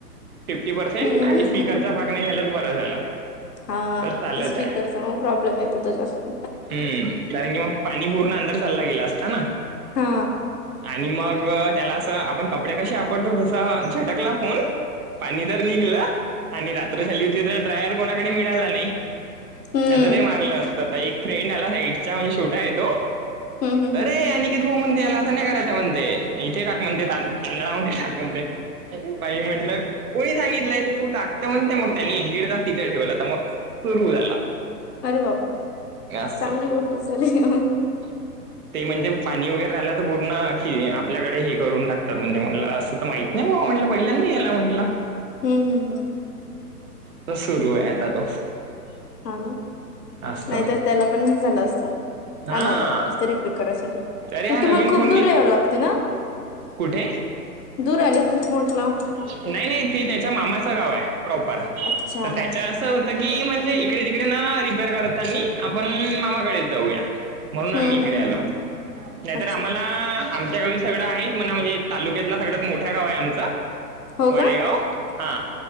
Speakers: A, on the right (about 60°); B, on the left (about 75°).
A: फिफ्टी पर्सेंट
B: हम्म
A: आणि
B: हम्म
A: स्पीकरचा
B: हम्म.
A: भाग नाही घालच बरा झाला
B: हा
A: तर चालत
B: ते स्पीकरचा मग प्रॉब्लेम येत होता जास्त
A: हम् कारण की मग पाणी पूर्ण अंदर चालला गेला असता ना
B: हा
A: आणि मग त्याला असं आपण कपडे कसे वापडतो त झटकला फोन पाणी दर निघला आणि रात्र झाली होती तर ड्रायर कोणाकडे मिळाला नाही
B: हम्म.
A: नाहीता ते मारलं आता एक फ्रेंड आला साइटचा म्हणजे शूटा आहे तो
B: हम्म हम्म
A: अे
B: हम्म
A: आणि च भाऊ म्हणतेला असं नाही करायच्या म्हणते इथे टाक म्हणते तांदळा मध्ये टाक म्हणते बाई म्हटलं कोणी सांगितलंय तर तू टाकत म्हणते मग त्यांनी एक दीड तास तिथे ठेवलं तर मग सुरू झाला
B: अरे बापरे!
A: असं
B: चांगली गोष्ट झाली मग.
A: <unintelligible> ते म्हणजे पाणी वगैरे राहिलं, तर पूर्ण की आपल्याकडे हे करून टाकतात. म्हणजे मला असं तर माहिती. नाही बाबा म्हटलं, पहिल्यांदी यायला म्हटला.
B: हम्म हम् हम्
A: तर सुरू आहे. आता तो
B: हा ना
A: असं
B: नाहीतर, त्याला पण हे झालं असत.
A: हा
B: आणवला इस्तरि रीपेर करायसाठी
A: अरे
B: मग
A: हा नवीन
B: तुम्हाला खूप
A: फोन
B: दूर
A: घेत
B: याव लागतेय ना.
A: कुठे
B: दूर आले खूप मोठला
A: नाही, नाही ते त्याच्या मामाचं गाव आहे. प्रॉपर
B: अच्छा.
A: तर त्याच्या असं की म्हणजे इकडे तिकडे ना रिपेअर करतांनी आपण मामाकडेच जाऊया. म्हणून आम्ही
B: हम्म
A: इकडे
B: हम्म
A: आलो.
B: हम्म हम्म
A: नाहीतर
B: अच्छा
A: आम्हाला. आमच्या गावीत सगळं आहे. म्हणा म्हणजे, तालुक्यातला सगळंत मोठं गाव आहे आमचं.
B: हो
A: वडेगाव
B: का
A: हा